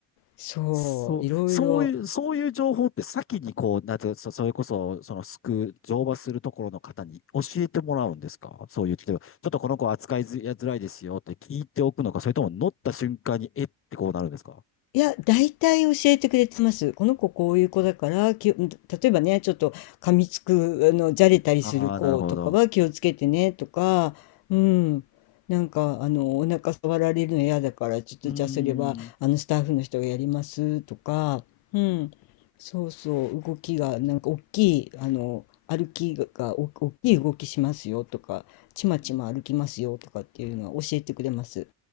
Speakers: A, on the left; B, on the left.
A: そう、
B: そう、
A: いろいろ。
B: そういう、そういう情報って先にこう、なんていうか、そそれこそ、その、すく、乗馬するところの方に教えてもらうんですかそういう、例えば、ちょっとこの子扱いづやづらいですよって聞いておくのか、それとも乗った瞬間に、えってこうなるんですか
A: いや、大体教えてくれてます。この子こういう子だから、きを例えばね、ちょっと噛みつく、あの、じゃれたりする子とかは気をつけてねとか、
B: ああー、なるほど。
A: うん、なんか、あの、お腹触られるの嫌だから、ちょっとじゃあそれは、
B: うーん。
A: あの、スタッフの人がやりますとか、うん、
B: う
A: そうそう、動きが、なんか大きい、あの、歩きが、お大きい動きしますよとか、ちまちま歩きますよとかっていうのは教えてくれます。
B: ん